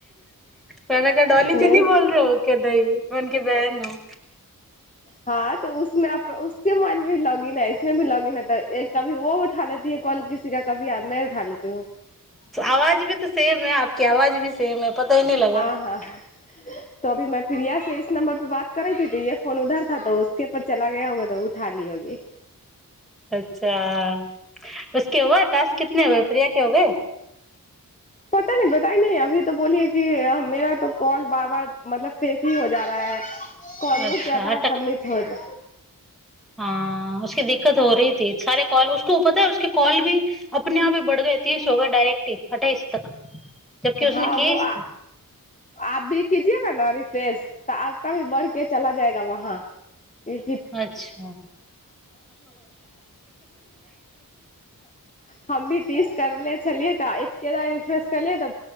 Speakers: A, in the centre; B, on the left.
A: मैने कहा डोलीजी
B: नहि
A: नहीं बोल रहे हो? कनही मैं उनकी बहन हूं।
B: हँ, तो उसमे आप- उसके मोबाइल मे भी लॉग इन है इसमे भी लॉग इन है तऽ- ए- कभी वो उठा लेती है कॉल किसीका कभी मैं उठा लेती हूं।
A: आवाज भी तोऽ सेम है आपकी आवाज भी सेम है पता ही नहि लगा।
B: आहा - त अभी मैं प्रिया से इस नं परे बात करे भी थी यस फोन उधर था तो उसके पर चला गया होगा तो, उठा ली होगी।
A: अच्छा। उसके हुए टास्क कितने हो गए प्रिया के हो गए?
B: पता ही न बतायी नही अभी तो बोली है कि मेरा तो कॉल बार- बार मतलब फेक ही हो जा रहा है। कॉली
A: अच्छा
B: जादा सबमिट होत
A: हँ, उसके दिक्कत हो रही थी सारे कॉल उसको पता है उसका कॉल भी अपने आप ही बढ़ गए तीस हो गए डायरेक्टही अठइस तक जबकि उसने
B: हाँ
A: इकीस
B: वो आ आप भी कीजिएगा न रिफ्रेश तऽ आपका भी बढ़के चला जाएगा वहाँ <unintelligible> ह
A: अच्छा
B: हम भी तीस करनेे छलियै तऽ एक के रिफ्रेश करलियै तऽ